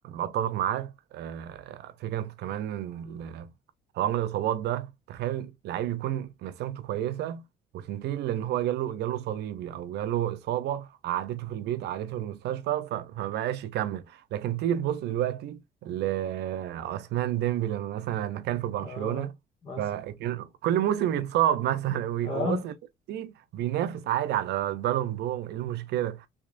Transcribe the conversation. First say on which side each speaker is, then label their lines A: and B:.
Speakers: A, on the right (about 80°); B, on the left (about 35°).
A: بتفق معاك آه، فكره كمان إن ال- حوار الاصابات ده تخيل لعيب يكون مسيرته كويسه وتنتهي لان هو جاله جاله صليبي او جاله اصابه قعدته في البيت قعدته في المستشفى ف- فما بقاش يكمل لكن تيجي تبص دلوقتي لعثمان ديمبي لما مثلا لما كان في برشلونه
B: اه مثلا
A: فكان كل موسم يتصاب مثلا <laughs> وي-
B: اه
A: وبص دلوقتي بينافس عادي على البالون دور ايه المشكله